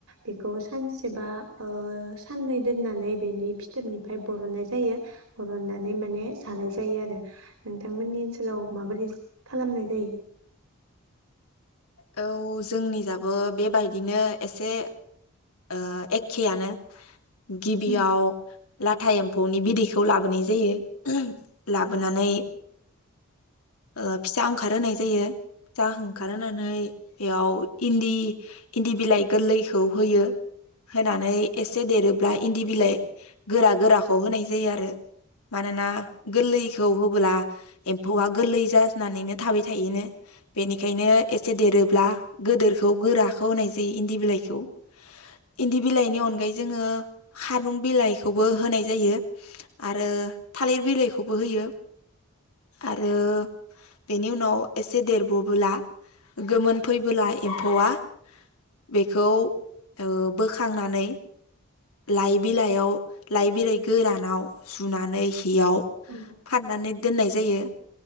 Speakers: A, on the right; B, on the left.
A: बेखौ सानसेबा ओ साननै दोननानै बेनि फिथोबनिफ्राय बरननाय जायो बरननानै माने जानाय जायो आरो नोंथांमोननि ओनसोलाव माबोरै? खालामनाय जायो?
B: औ जोंनि जाबो बेबायदिनो एसे ओ एखेयानो। गिबियाव
A: उम
B: लाथा एम्फौनि बिदैखौ लाबोनाय जायो ला बोनानै ओ फिसा ओंखार होनाय जायो फिसा ओंखारहोनानै <unintelligible> इयाव इन्दि इन्दि बिलाइ गोरलैखौ होयो होनानै एसे देरोब्ला इन्दि बिलाइ गोरा गोराखौ होनाय जायो आरो मानोना गोरलैखौ होब्ला एम्फौआ गोरलै जानानैनो थाबाय थायोनो बेनिखायनो एसे देरोब्ला गोदोरखौ गोराखौ होनाय जायो इन्दि बिलाइखौ इन्दि बिलाइनि अनगायै जोङो खारुं बिलाइ खौबो होनाय जायो आरो थालिर बिलाइखौबो होयो आरो बेनि उनाव एसे देरबोबोला गोमोन फैबोला एम्फौआ बेखौ ओ बोखांनानै लाइ बिलाइयाव लाइ बिलाइ गोरानाव जुनानै याव
A: उम
B: फाननानै दोननाय जायो